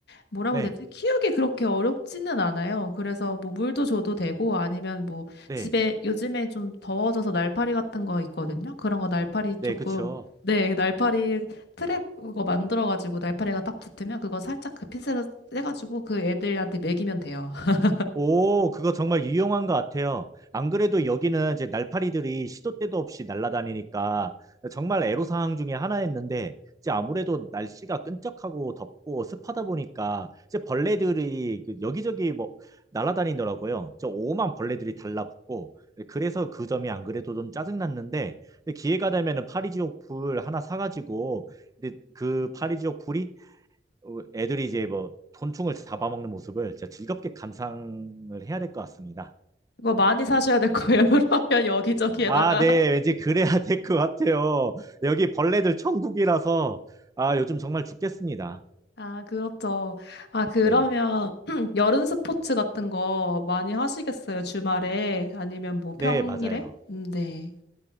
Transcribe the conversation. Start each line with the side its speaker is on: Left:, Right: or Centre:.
Left: 뭐라고
Right: 네,
Left: 해야 되지? 키우기 그렇게 어렵지는 않아요. 그래서 뭐 물도 줘도 되고 아니면 뭐
Right: 네,
Left: 집에 요즘에 좀 더워져서 날파리 같은 거 있거든요. 그런 거 날파리
Right: 네,
Left: 조금
Right: 그쵸.
Left: 네, 날파리 트랩 그거 만들어 가지고 날파리가 딱 붙으면 그거 살짝 그 핀셋을 떼 가지고 그 애들한테 먹이면 돼요. <laughs>
Right: 오, 그거 정말 유용한 것 같아요. 안 그래도 여기는 이제 날파리들이 시도 때도 없이 날아다니니까 정말 애로사항 중에 하나였는데, 이제 아무래도 날씨가 끈적하고 덥고 습하다 보니까 이제 벌레들이 그 여기저기 뭐 날아다니더라고요. 저 오만 벌레들이 달라붙고, 그래서 그 점이 안 그래도 좀 짜증났는데, 기회가 되면은 파리지옥 불 하나 사가지고, 근데 그 파리지옥 불이 어, 애들이 이제 뭐 곤충을 잡아먹는 모습을 진짜 즐겁게 감상을 해야 될 것 같습니다.
Left: 그거 많이 사셔야 될 거예요. <laughs> 그러면 여기저기에다가
Right: 아, 네. 왠지 그래야 <laughs> 될 것 같아요. 여기 벌레들 천국이라서 아, 요즘 정말 죽겠습니다.
Left: 아, 그렇죠. 아, 그러면
Right: 네.
Left: <clears throat> 여름 스포츠 같은 거 많이 하시겠어요? 주말에 아니면 뭐
Right: 네,
Left: 평일에?
Right: 맞아요.
Left: 음, 네.